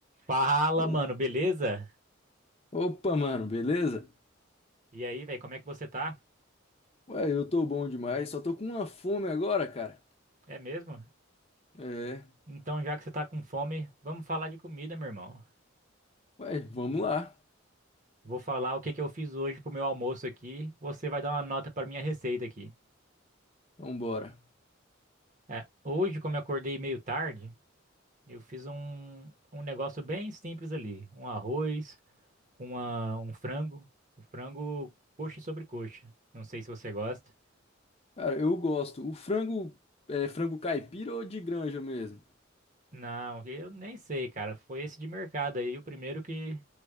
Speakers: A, on the right (about 40°); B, on the left (about 30°).
A: Fala,
B: O-
A: mano, beleza?
B: Opa, mano, beleza?
A: E aí, velho, como é que você tá?
B: Ué, eu tô bom demais, só tô com uma fome agora, cara.
A: É mesmo?
B: É.
A: Então, já que você tá com fome, vamos falar de comida, meu irmão.
B: Ué, vamos lá.
A: Vou falar o que que eu fiz hoje pro meu almoço aqui. Você vai dar uma nota pra minha receita aqui.
B: Então bora.
A: É, hoje, como eu acordei meio tarde, eu fiz um, um negócio bem simples ali. Um arroz com uma- um frango. O frango coxa sobre coxa. Não sei se você gosta.
B: Cara, eu gosto. O frango é frango caipira ou de granja mesmo?
A: Não, eu nem sei, cara. Foi esse de mercado aí, o primeiro que,